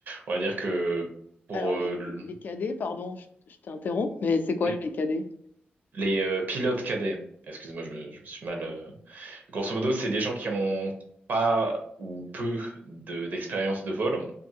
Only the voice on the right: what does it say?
on va dire que pour
euh,
le-
oui
Les euh, pilotes cadets, excuse-moi, je me, je me suis mal. euh, Grosso modo, c'est des gens qui ont pas ou peu de, d'expérience de vol,